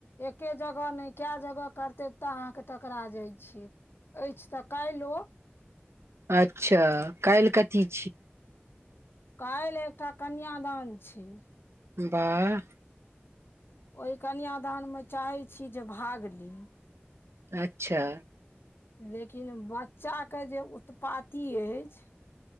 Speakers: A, on the left; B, on the right.
A: एके जग हँ नै का जगह करते तऽ अहाँके टकरा जाइ छी। अइछ तऽ काइलो।
B: अच्छा काइल कथी छि।
A: काइल एकटा कन्यादान छी।
B: बाह।
A: ओय कन्यादानमे चाहै छी जे भाग ली।
B: अच्छा।
A: लेकिन बच्चाके जे उत्पाती अइछ